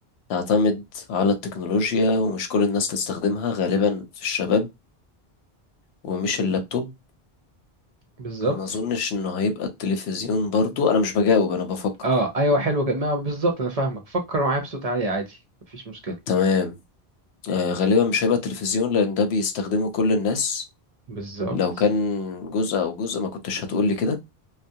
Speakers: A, on the left (about 80°); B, on the right (about 50°).
A: تعتمد على التكنولوجيا ومش كل الناس تستخدمها غالبا في الشباب ومش اللابتوب
B: بالظبط
A: ما اظنش انه هيبقى التلفزيون برضو انا مش بجاوب انا بفكر
B: اه أيوة حلوة كده ما بالظبط أنا فاهمك فكر معايا بصوت عالي عادي مفيش مشكلة
A: تمام آه، غالبا مش هيبقى التلفزيون لان ده بيستخدمه كل الناس
B: بالظبط
A: لو كان جزء او جزء ما كنتش هتقولي كده